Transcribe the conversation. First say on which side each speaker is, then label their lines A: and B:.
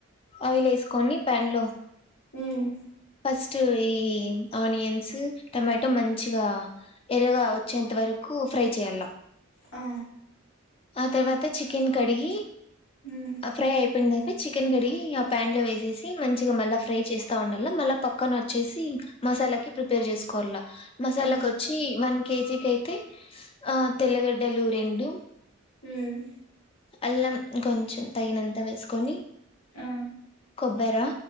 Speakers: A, on the left; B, on the left.
A: ఆయిల్ వేసుకొని ప్యాన్ లో
B: మ్మ్
A: ఫస్ట్ ఈ ఆనియన్స్ టమాటో మంచిగా ఎర్రగా వచ్చేంత వరకు ఫ్రై చేయాల
B: ఆ
A: ఆ తర్వాత చికెన్ కడిగి
B: హ్మ్
A: ఆ ఫ్రై అయిపోయిందండి చికెన్ కడిగి ఆ పాన్ లో వేసెస్ మంచిగా మళ్ళీ ఫ్రై చేస్తా ఉండాల మళ్ళా పక్కన వచ్చేసి మసాలాకిి ప్రిపేర్ చేసుకోల్ల మసాలాకొచ్చి
B: ఆ
A: వన్ కేజీ కి అయితే ఆ తెల్లగడ్డలు రెండు
B: మ్మ్
A: అల్లం కొంచెం తగినంత వేసుకొని
B: ఆ
A: కొబ్బెరా